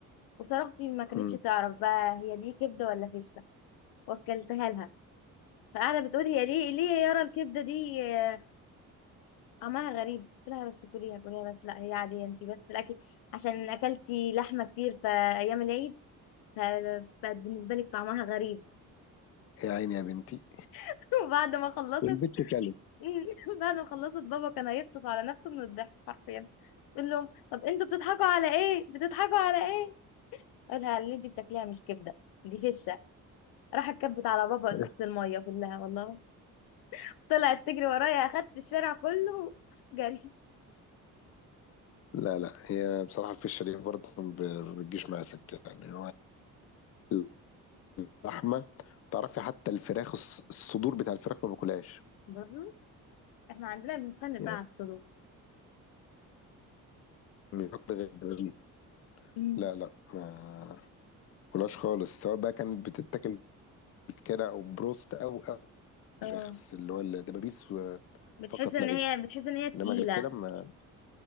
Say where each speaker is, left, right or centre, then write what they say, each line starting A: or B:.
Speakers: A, on the left; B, on the left.
A: وصاحبتي ما كانتش
B: مم.
A: تعرف بقى هي دي كبده ولا فشه واكلتها لها فقاعده بتقول هي ليه ليه يا يارا الكبده دي آه، طعمها غريب قلت لها بس كليها كليها بس لا هي عاديه انت بس الاكل عشان اكلتي لحمه كتير في ايام العيد فبقت بالنسبه لك طعمها غريب
B: يا عيني يا بنتي
A: <laughs> وبعد ما خلصت
B: والبت كلت
A: <laughs> بعد ما خلصت بابا كان هيفطس على نفسه من الضحك حرفيا تقول لهم طب انتوا بتضحكوا على ايه بتضحكوا على ايه قالها اللي انت بتاكليها مش كبده دي فشه راح كبت على بابا
B: <laughs>
A: ازازه الميه كلها والله طلعت تجري ورايا اخدت الشارع كله <laughs> جري
B: لا لا هي بصراحة الفشة دي برضه ما بتجيش مع سكة يعني هو اللحمه تعرفي حتى الفراخ الص- الصدور بتاع الفراخ ما باكلهاش
A: برضه احنا عندنا بنتخانق
B: يعني
A: بقى على السلوك
B: مش باكل غير الدبابيس.
A: امم
B: لا لا ما باكلهاش خالص سواء بقى كانت بتتاكل كده او بروست او او
A: اه
B: الفراخ اللي هو الدبابيس و-
A: بتحس
B: فقط
A: ان
B: لا غير
A: هي بتحس ان هي تقيله
B: انما غير كده ما